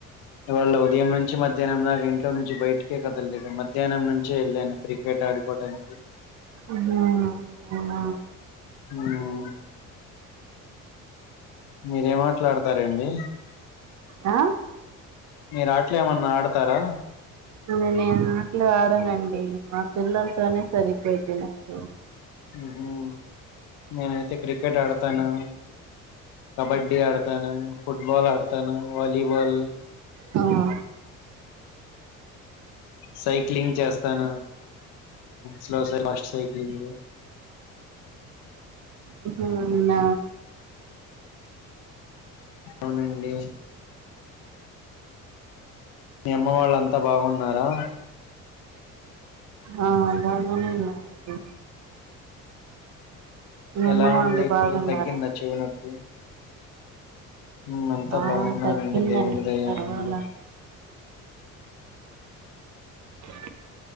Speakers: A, on the left; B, on the right.
A: ఇవాళ ఉదయం నుం నుంచి మధ్యాహ్నం దాకా ఇంట్లో నుంచి బయటికే కదలిదు మధ్యాహ్నం నుంచే వెళ్ళాను క్రికెట్ ఆడుకోవడానికి
B: ఆహా అవునా
A: ఉమ్ మీరే ఏం ఆటలుడుతారండి
B: ఆ
A: మీరు ఆట్లేమన్నా ఆడతారా
B: ఆ నేను ఏం ఆటలు ఆడానండి మా పిల్లలతోనే సరిపోది నాకు
A: ఉహుమ్ నేనైతే క్రికెట్ ఆడతాను కబడ్డీ ఆడతాను, ఫుట్బాల్ ఆడతాను, వాలీబాల్
B: ఆ
A: సైక్లింగ్ చేస్తాను స్లో సై ఫస్ట్ సైక్లింగ్
B: ఉహుమ్ నంద
A: అవునండి మీ అమ్మ వాళ్ళంతా బాగున్నారా
B: ఆ బాగనే ఉన్నారండి మీ
A: ఎలా
B: అమ్మ వాళ్ళు
A: ఉంది ఇప్పుడు
B: బాగున్నారా
A: తగ్గిందా చెవి నొప్పి వ్మ్ అంతా
B: ఆ
A: బాగున్నారండి
B: తగ్గిందండి
A: దేవుడి దయ
B: పర్వాలా
A: వల్ల
B: అ